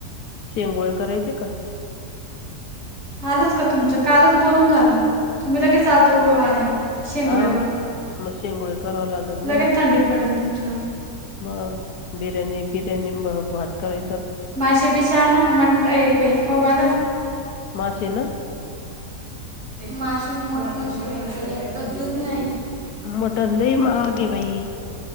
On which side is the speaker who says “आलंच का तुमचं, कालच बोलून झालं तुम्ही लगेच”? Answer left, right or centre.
Right